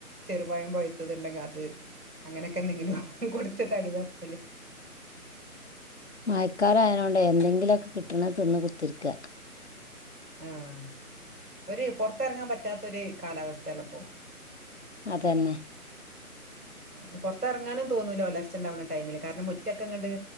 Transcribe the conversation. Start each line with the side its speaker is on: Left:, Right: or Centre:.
Right: ചെറുപഴം പൊഴുത്തത്ണ്ടെങ്കിൽ അത്. അങ്ങനൊക്കെ എന്തെങ്കിലും കൊടുത്ത തടി തപ്പല്.
Left: മയക്കാലം അയനോണ്ട് എന്തെങ്കിലുമൊക്കെ കിട്ടണ തിന്ന് കുത്തിരിക്ക.
Right: ആഹഒരു പുറത്തിറങ്ങാൻ പറ്റാത്ത ഒരു കാലാവസ്ഥയള്ളപ്പോ
Left: അതന്നെ
Right: ആ പുറത്ത് ഇറങ്ങാനു തോന്നൂലോലരച്ച ഉണ്ടാവുന്ന ടൈമില് കാരണംമു മുറ്റക്കെങ്ങട്ട്